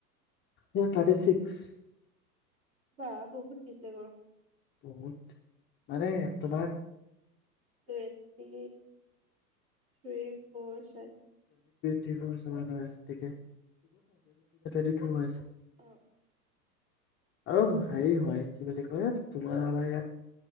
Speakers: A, on the left (about 25°); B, on the right (about 25°).
A: থাৰ্টি ছিক্স
B: বা বহুত দিছে গৰম
A: বহুত মানে তোমাক
B: twenty three four seven
A: three four seven হৈ আছে ঠিকেই, <unintelligible>
B: অ', অ',
A: আৰু হেৰি হয় কি বুলি কয় তোমাৰ আমাৰ ইয়াত,